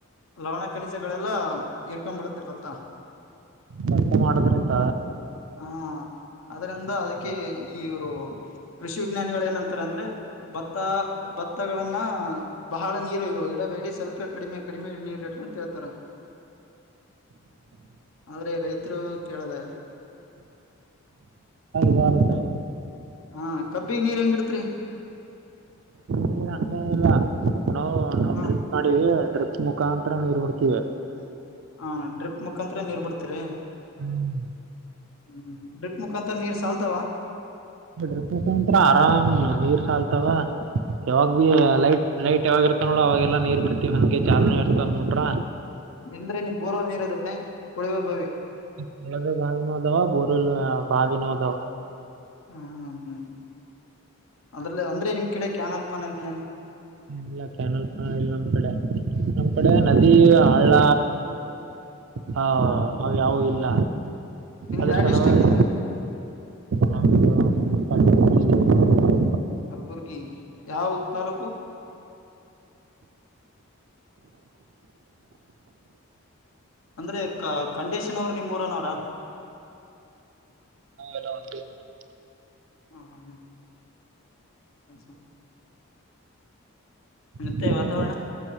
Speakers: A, on the left (about 70°); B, on the right (about 60°).
A: ಲವಣ ಕನಿಜಗಳೆಲ್ಲ ಇರ್ಕೊಂಡಬಿಡತ್ತೆ ಭತ್ತ.
B: ಭತ್ತ ಮಾಡುದ್ರ ಅಂತ
A: ಹಾ ಅದ್ರಿಂದ ಅದಕ್ಕೆ ಇವರು ಕೃಷಿ ವಿಜ್ಞಾನಿ ಗಳು ಏನಂತಾರೆ ಅಂದ್ರೆ ಭತ್ತ ಭತ್ತಗಳನ್ನ ಬಹಳ ನೀರು ಇಡಬೇಡಿ ಸ್ವಲ್ಪ ಕಡಿಮೆ ಕಡಿಮೆ ನೀರ್ ಇಡ್ರಿ ಅಂತ ಹೇಳ್ತಾರ <unintelligible> ಆದ್ರೆ ರೈತರು ಕೇಳಲ್ಲ ಯಾರ್
B: ಬಳತ್ತ <unintelligible>
A: ಹಾ ಕಬ್ಬಿಗ್ ನೀರ್ ಹೆಂಗ್ ಇಡತ್ರಿ
B: ನೀರ್ ಹಂಗೆ ಇಲ್ಲ ನಾವು ನಾವು
A: ಹ
B: ಡ್ರಿಪ್ ಮಾಡಿವಿ ಡ್ರಿಪ್ ಮುಖಾಂತರ ನೀರ್ ಬಿಡ್ತೀವಿ
A: ಹಾ ಡ್ರಿಪ್ ಮುಖಾಂತರ ನೀರ್ ಬಿಡ್ತೀರಿ
B: ಹ್ಮ್
A: ಹ್ಮ್ ಡ್ರಿಪ್ ಮುಖಾಂತ ನೀರ್ ಸಾಲ್ತಾವ
B: ಡ್ರಿಪ್ ಮೂಖಂತರ ಆರಾಮ್ ನೀರ್ ಸಾಲ್ತಾವ. ಯಾವಾಗ ಬೀ
A: ಹ
B: ಲೈಟ್ ಲೈಟ್ ಯಾವಾಗ ಇರ್ತವ್ ನೋಡ ಅವಾಗೆಲ್ಲಾ ನೀರ್ ಬಿಡ್ತಿವಿ ಹಂಗೆ ಚಾಲನೆ ಇರ್ತನ್ ಬ್ರಿಟ್ರ
A: ಇಂದ್ರೆ ನಿಮ್ ಬೋರವಲ್ ನೀರ್ ಇದ್ದವೆ ಕೊಳುವೆ ಬಾವಿ
B: ಕೊಳವೆ ಬಾವಿನೂ ಆದಾವ ಬೋರವೆಲ್ ಬಾವಿನೂ ಆದಾವ
A: ಹ್ಮ ಹ್ಮ್ ಹ್ಮ್ ಅದ್ರಲ್ಲೆ ಅಂದ್ರೆ ನಿಮ್ಮ ಕಡೆ ಕ್ಯಾನಲ್ ಪ್ಯಾನಲ್ ಇಲ್ಲೇನ್
B: ಏನಿಲ್ಲ ಕ್ಯಾನಲ್ ಪ್ಯಾನಲ್ ಇಲ್ಲ ನಮ್ ಕಡೆ ನಮ್ ಕಡೆ ನದಿ ಹಳ್ಳ ಹ ಅವು ಯಾವು ಇಲ್ಲ
A: ನಿಮ್ದ
B: ಅದ್ರ
A: ಯಾವ್
B: ಸಲುವಾಗಿ
A: ಡಿಸ್ಟಿಕ್ ಅಂದ್ರಿ
B: ನಾವು <unintelligible>
A: ಕಲಬುರ್ಗಿ ಯಾವ್ ತಾಲ್ಲೂಕು ಅಂದ್ರೆ ಕ ಕಂಡೀಶನ್ ಅವ್ರ ನಿಮ್ಮ ಊರನ ಅವರ
B: ಎಲ್ಲ ಒಂದೇ ಊರು
A: ಹಾ <unintelligible> ಮತ್ತೆ
B: ಅದಕ್ಕೇನ್
A: ವಾತಾವರಣ